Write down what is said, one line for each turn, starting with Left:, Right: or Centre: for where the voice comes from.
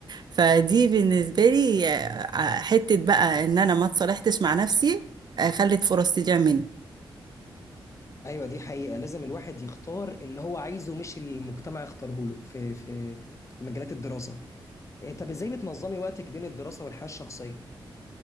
Right: فدي بالنسبه لي آه، حته بقى ان انا ما اتصالحتش مع نفسي آه، خلت فرص تضيع مني
Left: ايوه دي حقيقه لازم الواحد يختار اللي هو عايزه مش اللي المجتمع يختاره له في في في مجالات الدراسه إيه، طب ازاي بتنظمي وقتك بين الدراسة والحياة الشخصية؟